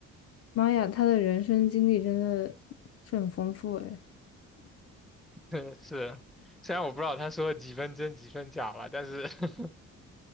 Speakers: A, on the left (about 50°); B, in the centre.
A: 妈呀，他的人生经历真的是很丰富诶。
B: <laughs> 是，虽然我不知道他说了几分真几分假了，但是 <laughs>